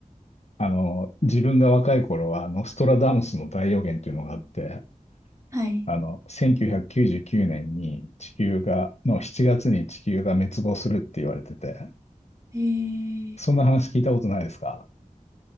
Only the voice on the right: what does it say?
はい。
えー、